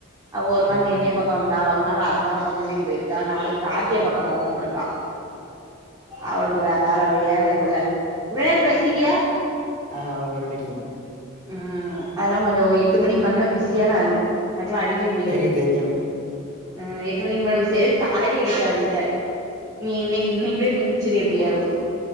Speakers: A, on the right; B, on the right.
A: ஒரு நாள்
B: ம்
A: என்னய
B: ம்
A: பாக்க வந்தா ஒரு நாள் அர்ணாவ பாக்க இன்னக்கி போயிருக்கா நாளைக்கு கார்த்திய பாக்க போவோன்ட்ரு க்க அவளுக்கு வேற வேல இல்ல சுகன்யாட்ட பேசிட்டியா
B: ஆ ஆ அவளுக்கு ஒரு அடி அடிக்கணு
A: ம் அதெல்லா கொஞ்சோ எட்டு மணிக்கு மேலனா பிஸியான அளு அதுக்கெல்லா அடிக்க முடியாது
B: தெரியு தெரியு
A: ம் எட்டு மணிக்கு மேல பிஸியா காலைல இருக்காதுக நீ இன்னிக்கி இன்னைக்குள்ளே முடிச்சிரு எப்டியாவ்து